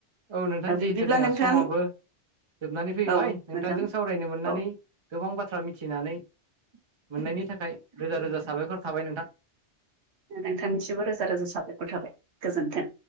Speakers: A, on the right; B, on the right.
A: औ नोंथां जिहेथु
B: बिब्दिब्ला
A: जोंहा
B: नोंथां
A: समाबो, जोबनानै फैबाय
B: औ
A: नोंथांजों
B: नोंथां
A: सावरायनो मोननानै
B: औ
A: गोबां बाथ्रा मिथिनानै, मोननायनि थाखाय रोजा रोजा साबायखर थाबाय नोंथां।
B: नोंथांनिसिबो रोजा रोजा साबायखर थाबाय गोजोन्थों।